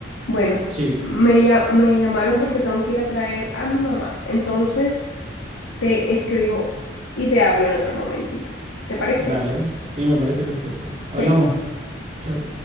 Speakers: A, on the left (about 85°); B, on the right (about 35°).
A: bueno,
B: Sí,
A: me, lla- me llamaron porque tengo que ir a traer a mi mamá. Entonces, te escribo y te hablo en otro momentito. ¿Te parece?
B: dale, sí, me parece perfecto. Hablamos.
A: Chaito.
B: Chau.